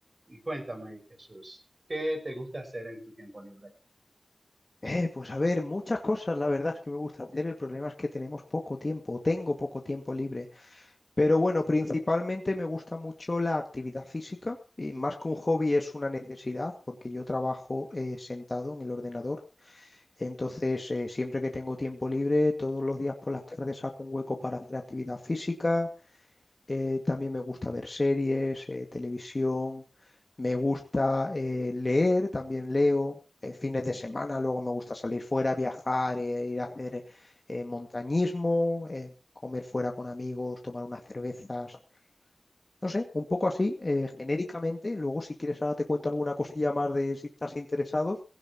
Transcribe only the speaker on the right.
Y cuéntame, Jesús, ¿qué te gusta hacer en tu tiempo libre?